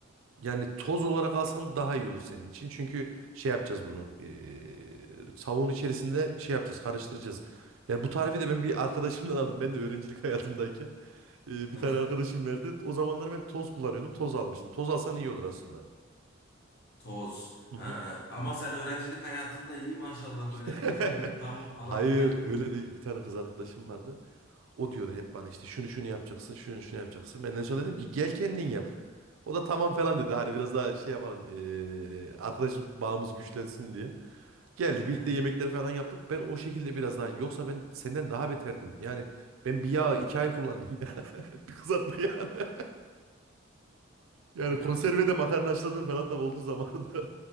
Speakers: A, on the right; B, on the left.
A: Yani toz olarak alsan daha iyi olur senin için. Çünkü şey yapacağız bunu. ee, savun içerisinde şey yapacağız karıştıracağız. Yani bu tarifi de ben bir arkadaşımdan aldım. Ben de öğrencilik <laughs> hayatımdayken. Ee,
B: Hah,
A: bir tane arkadaşım verdi. O zamanlar ben toz kullanıyordum. Toz almıştım. Toz alsan iyi olur aslında.
B: toz.
A: Hı
B: Ha,
A: hı.
B: ama sen öğrencilik hayatında iyi maşallah böyle
A: <laughs>
B: körili tavuk falan
A: Hayır
B: filan yiyormuşsun.
A: öyle değil. Bir tane kız arkadaşım vardı. O diyordu hep bana işte şunu şunu yapacaksın, şunu şunu yapacaksın. Ben en son dedim ki gel kendin yap. O da tamam falan dedi. Hani biraz daha şey yapalım. eee arkadaşım bağımız güçlensin diye. Geldi
B: Hı hı.
A: birlikte yemekleri falan yaptık. Ben o şekilde biraz daha. Yoksa ben senden daha beterdim. Yani ben bir yağı iki ay kullandım. <laughs> Yani bir kızartma yani. Yani
B: Ya.
A: konserve de makarna haşladım falan da oldu zamanında.